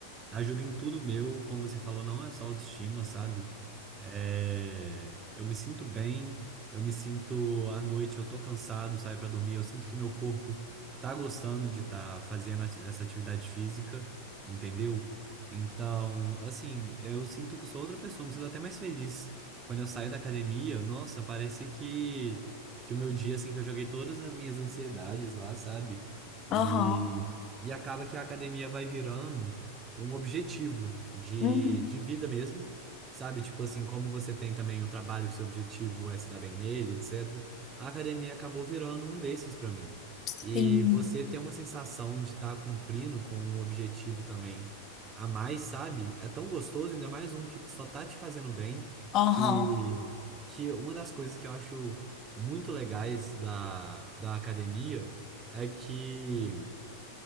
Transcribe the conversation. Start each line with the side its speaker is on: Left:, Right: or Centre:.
Right: ajuda em tudo meu, como você falou, não é só autoestima, sabe? É, eu me sinto bem, eu me sinto à noite, eu tô cansado, saio pra dormir, eu sinto que meu corpo tá gostando de estar fazendo ati- essa atividade física, entendeu? Então, assim, eu sinto que sou outra pessoa, me sinto até mais feliz. Quando eu saio da academia, nossa, parece que, que o meu dia, assim, que eu joguei todas as minhas ansiedades lá, sabe? E,
Left: aham,
Right: e acaba que a academia vai virando um objetivo de,
Left: uhum,
Right: de vida mesmo, sabe? Tipo assim, como você tem também o trabalho que seu objetivo é se dar bem nele, etc. A academia acabou virando um desses pra mim.
Left: sim,
Right: E você ter uma sensação de estar cumprindo com um objetivo também a mais, sabe? É tão gostoso, ainda mais um que só tá te fazendo bem,
Left: aham,
Right: que, que uma das coisas que eu acho muito legais da, da academia é que